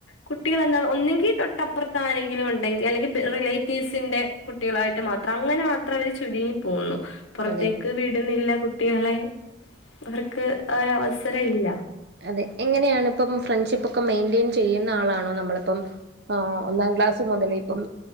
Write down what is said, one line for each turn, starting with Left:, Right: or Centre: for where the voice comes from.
Left: കുട്ടികളെന്താ ഒന്നെങ്കിൽ തൊട്ടപ്പുറത്ത് ആരെങ്കിലും ഉണ്ടെങ്കിൽ അല്ലെങ്കിൽ റിലേറ്റീവ്സിന്റെ കുട്ടീകളായിട്ട് മാത്രം. അങ്ങന മാത്രം അവര് ചുരുങ്ങി പോകുന്നു പൊറത്തേക്ക്
Right: അതെ അതെ
Left: വീട്ന്നില്ല കുട്ടീളെ. അവർക്ക് ഒരവസ്സരല്ല
Right: അതെ എങ്ങനെയാണ് ഇപ്പം ഫ്രണ്ട്ഷിപ്പ് ഒക്കെ മെയിൻറ്റെയിൻ ചെയ്യുന്ന ആളാണോ നമ്മളിപ്പം ആഹ് ഒന്നാം ക്ലാസ് മൊതലെ ഇപ്പം